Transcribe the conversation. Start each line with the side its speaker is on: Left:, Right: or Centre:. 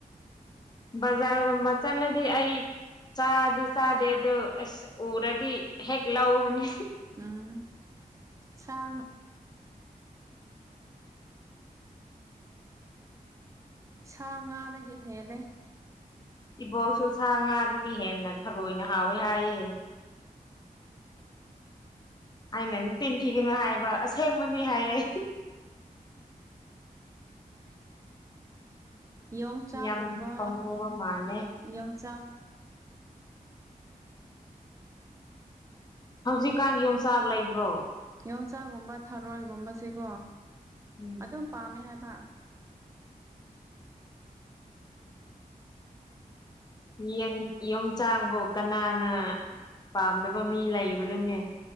Left: ꯕꯖꯥꯔꯒꯨꯝꯕ ꯆꯠꯂꯗꯤ ꯑꯩ ꯆꯥꯗꯤꯦ ꯆꯥꯗꯦ ꯑꯗꯨ ꯑꯁ ꯎꯔꯗꯤ ꯍꯦꯛ ꯂꯧꯅꯤ
Right: ꯎꯝ ꯁ ꯁꯥ ꯉꯥꯗꯒꯤ ꯍꯦꯜꯂꯦ
Left: ꯕꯣꯛꯁꯨ ꯁꯥ ꯉꯥꯗꯒꯤ ꯍꯦꯟꯅ ꯊꯔꯣꯏꯅ ꯍꯥꯎꯋꯦ ꯍꯥꯏꯌꯦ ꯑꯩꯅꯅꯦ ꯇꯤꯟꯊꯤꯒꯅꯨ ꯍꯥꯏꯕ ꯑꯁꯦꯡꯕꯅꯤ ꯍꯥꯏꯌꯦ
Right: ꯌꯣꯡꯆꯥꯥꯛꯒꯨꯝꯕ
Left: ꯌꯥꯝ ꯄꯥꯝꯃꯨꯕ ꯃꯥꯜꯂꯦ
Right: ꯌꯣꯡꯆꯥꯛ
Left: ꯍꯧꯖꯤꯛꯀꯥꯟ ꯌꯣꯡꯆꯥꯛ ꯂꯩꯕ꯭ꯔꯣ
Right: ꯌꯣꯡꯆꯥꯒꯨꯝꯕ ꯊꯔꯣꯏꯒꯨꯝꯕꯁꯤꯀꯣ
Left: ꯎꯝ
Right: ꯑꯗꯨꯝ ꯄꯥꯝꯃꯦ ꯍꯥꯏꯕ
Left: ꯌꯦꯪ ꯌꯣꯡꯆꯥꯛꯕꯨ ꯀꯅꯥꯅ ꯄꯥꯝꯗꯕ ꯃꯤ ꯂꯩꯕꯅꯣꯅꯦ